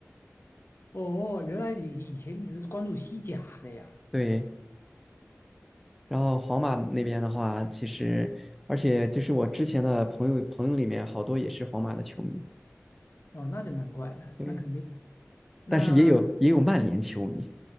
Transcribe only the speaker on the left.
哦，原来你以前一直是关注西甲的呀。
哦，那就难怪了，
那肯定的。那